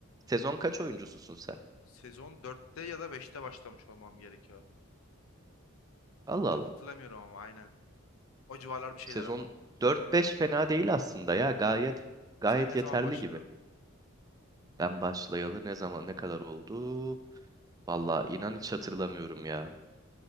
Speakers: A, on the right; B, on the left.
A: sezon kaç oyuncususun sen?
B: sezon dörtte ya da beşte başlamış olmam gerekiyor.
A: Allah
B: Çok
A: Allah.
B: hatırlamıyorum ama aynen. O civarlar bir şeyler
A: Sezon
B: ama.
A: dört beş fena değil aslında ya. Gayet gayet
B: Sen ne
A: yeterli
B: zaman başladın?
A: gibi. Ben başlayalı ne zaman ne kadar oldu? Vallahi inan hiç hatırlamıyorum ya.